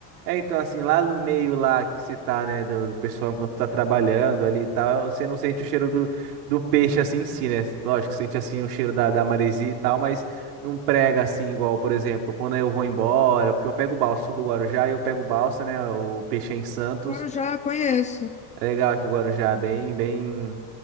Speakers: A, on the right; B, on the left.
A: É, então, assim, lá no meio lá que você tá, né, do, do pessoal enquanto tá trabalhando ali e tal, você não sente o cheiro do, do peixe assim em si, né? Lógico, sente assim o cheiro da, da maresia e tal, mas. Não prega assim, igual, por exemplo, quando eu vou embora, porque eu pego o balsa, sou do Guarujá e eu pego o balsa, né? O peixe é em Santos.
B: Agora eu já conheço.
A: É legal que o Guarujá é bem, bem.